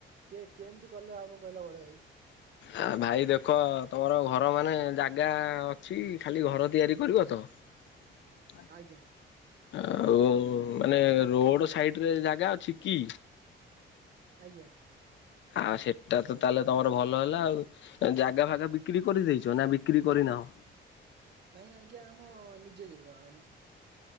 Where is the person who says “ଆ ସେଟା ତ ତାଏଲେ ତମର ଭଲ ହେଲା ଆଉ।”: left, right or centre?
Left